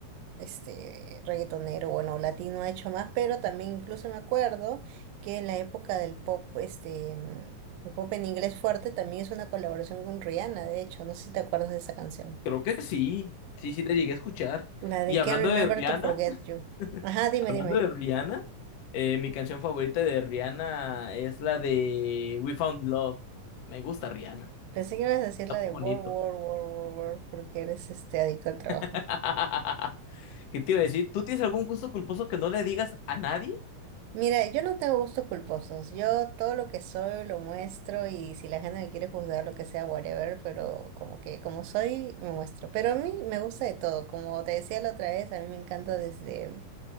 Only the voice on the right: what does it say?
este, reggaetonero, bueno, latino ha hecho más, pero también incluso me acuerdo que en la época del pop, este, mm, el pop en inglés fuerte, también hizo una colaboración con Rihanna, de hecho, no sé si te acuerdas de esa canción.
La de
Can't Remember
to Forget You.
Ajá, dime,
dime.
Pensé que ibas a decir
la de
World,
War, War, War, War, porque eres este adicto al trabajo.
Mira, yo no tengo gustos culposos. Yo todo lo que soy lo muestro y si la gente me quiere juzgar lo que sea, whatever, pero como que como soy, me muestro. Pero a mí me gusta de todo. Como te decía la otra vez, a mí me encanta desde,